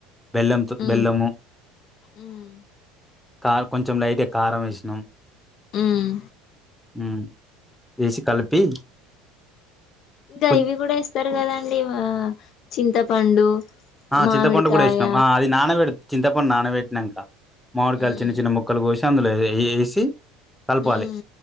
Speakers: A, in the centre; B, on the left.
A: బెల్లంతో
B: ఉమ్
A: బెల్లము
B: ఉమ్
A: క కొంచెం లైట్ గ కారం వేసినం
B: హ్మ్
A: హ్మ్ వేసి కలిపి
B: ఇంకా
A: కొ
B: ఇవి కూడా వేస్ చెస్తరు కదండి ఆ చింతపండు
A: ఆ
B: మామిడికాయ
A: చింతపండు కూడా వేసినం ఆ అది నాన పెడ చింతపండు నానబెట్టినంక మామిడికాయలు
B: ఉమ్
A: చిన్న చిన్న ముక్కలు కోసి అందులో ఏ ఏసి కలపాలి
B: ఉమ్